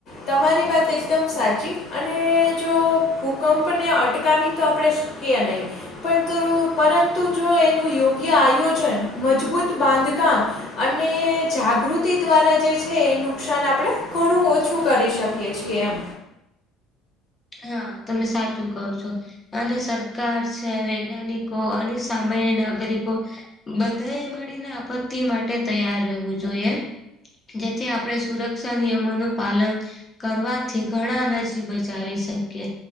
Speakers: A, on the left (about 50°); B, on the left (about 20°).
A: તમારી વાત એકદમ સાચી. અને જો ભૂકંપને અટકાવી તો આપણે શ કીએ નહીં. પંતરુ પરંતુ જો એનું યોગ્ય આયોજન, મજબૂત બાંધકામ અને જાગૃતિ દ્વારા જે છે એ નુકસાન આપણેે ઘણું ઓછું કરી શકીએ છીએ એમ.
B: હા. તમે સાચું કહો છો. અને સરકાર છે, વૈજ્ઞાનિકો અને સામાન્ય નાગરિકો બધાએ મળીને આપત્તિ માટે તૈયાર રહેવું જોઈએ. જેથી આપણે સુરક્ષા નિયમોનું પાલન કરવાથી ઘણાના જીવ બચાવી શ કીએ.